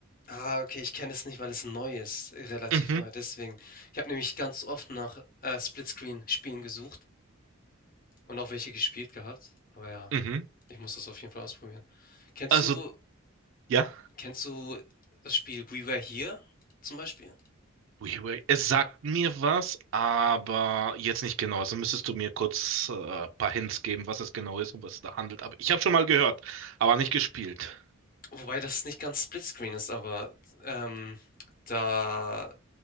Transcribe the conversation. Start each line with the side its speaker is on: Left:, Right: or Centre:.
Left: Ah, okay, ich kenne es nicht, weil es neu ist, relativ
Right: Mhm.
Left: neu, deswegen. Ich habe nämlich ganz oft nach, äh, Splitscreen-Spielen gesucht und auch welche gespielt gehabt, aber ja,
Right: Mhm.
Left: ich muss das auf jeden Fall ausprobieren. Kennst
Right: Also,
Left: du
Right: ja.
Left: kennst du das Spiel We Were Here zum Beispiel?
Right: WiiWare, es sagt mir was, aber jetzt nicht genau. Also müsstest du mir kurz äh, ein paar Hints geben, was es genau ist und was es da handelt. Aber ich habe schon mal gehört, aber nicht gespielt.
Left: Wobei das nicht ganz Splitscreen ist, aber, ähm, da